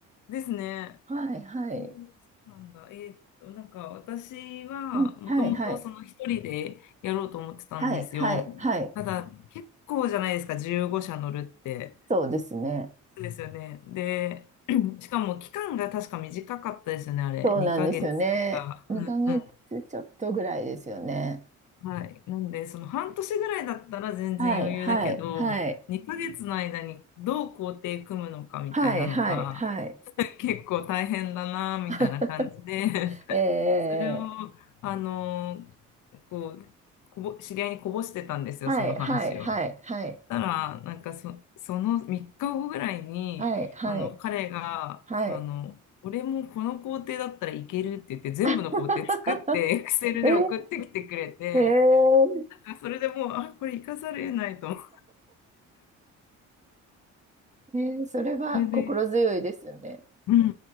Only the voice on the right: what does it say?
はいはい、
うんはいはいはいはいはい、
そうですね。
そうなんですよね。
2ヶ月ちょっとぐらいですよね。
はいはいはい
はいはいはい。
<laughs> えー、
はいはいはいはい
はいはい
はい。
<laughs>
えー、えー、
<laughs> えー、それは心強いですよね。